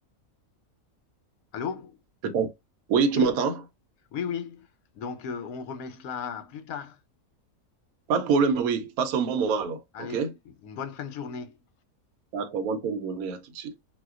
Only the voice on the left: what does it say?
Allô?
Oui,
oui, oui. Donc, euh, on remet cela à plus tard.
Allez,
une bonne fin de journée.